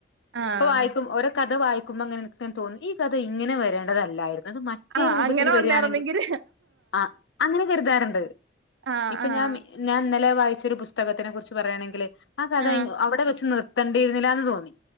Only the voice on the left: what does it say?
ഇപ്പ വായിക്കും ഓരോ കഥ വായിക്കുമ്പോ ഇങ്ങനേണ് <unintelligible> തോന്നും ഈ കഥ ഇങ്ങനെ വരേണ്ടതല്ലായിരുന്നു അത് മ റ്റേ
രൂപത്തില്
വരുകാണെങ്കി ആഹ് അങ്ങനെ കരുതാറുണ്ടത്
ഇപ്പൊ
ഞാമീ ഞാൻ ഇന്നലെ വായിച്ചൊരു പുസ്തകത്തിനെ കുറിച്ച് പറയാണെങ്കില് ആ കഥ
ഇൻ അവിടെ വെച്ച് നിർ ത്തൻണ്ടീയിരുന്നില്ല എന്ന് തോന്നി.